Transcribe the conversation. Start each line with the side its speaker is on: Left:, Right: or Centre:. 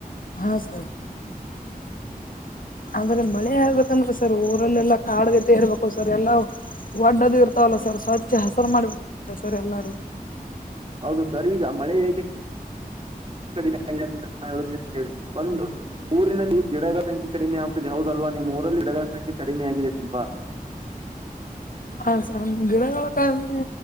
Left: ಹಾ ಸರ್ ಅಂದ್ರೆ ಮಳೆ ಆಗ್ಬೇಕಂದ್ರೆ ಸರ್ ಊರಲ್ಲೆಲ್ಲಾ ಕಾಡ್ಗತೆ ಇರ್ಬೇಕು ಸರ್ ಎಲ್ಲಾ ಒಡ್ಡದು ಇರ್ತಾವಲ್ಲ ಸರ್ ಹಚ್ಚೆ ಹಸರು ಮಾಡಿಬ ಸರ್ ಎಲ್ಲಾರೂ
Right: ಹೌದು ಸರ್ ಈಗ ಮಳೆ ಹಏಕೆ ೇನೆ ಒಂದು ಊರಿನಲ್ಲಿ ಗಿಡಗಳ ಸಂಖ್ಯೆ ಕಡಿಮೆ ಆ <inaudible> ಹೌದಲ್ವಾ ನಿಮ್ಮ್ ಊರಲ್ಲಿ ಹಿಡಗಳ ಸಂಖ್ಯೆ ಕಡಿಮೆ ಆಗಿದೆ ತುಂಬಾ
Left: ಹಾ ಸರ್ ಗಿಡಗಳ ಕಮ್ಮೆ